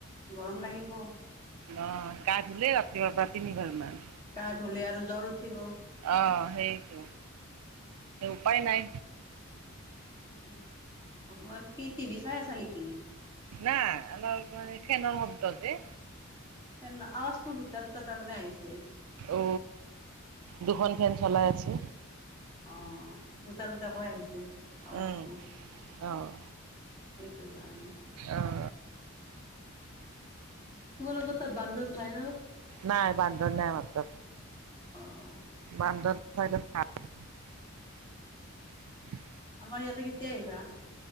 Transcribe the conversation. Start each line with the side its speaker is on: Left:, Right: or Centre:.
Left: গৰম লাগিব।
Right: অ গা ধুলে ৰাতিপুৱাৰ পৰা তিনিবাৰ মান।
Left: গা ধুলে আৰু জ্বৰ উঠিব।
Right: অ' সেইটো উপায় নাই
Left: <inaudible> কি টিভি চাই আছা নেকি
Right: না অলপ মান ফেনৰ শব্দজে
Left: ফেন আৱাজটো দুটা দুটা তাৰমানে আহিচে ছে।
Right: ও দুখন ফেন চলাই আছে।
Left: অ দুটা দুটাকৈ আহিছে। আৱাজটো
Right: উম অ'।
Left: সেইটো কাৰণে।
Right: অ'।
Left: তোমালোকৰ তাত বান্দৰ নাই ন?
Right: নাই বান্দৰ নাই আমাৰ তাত,
Left: অহ',
Right: <unintelligible> উ <inaudible>
Left: আমাৰ ইয়াতে কেতিয়া আহিবা।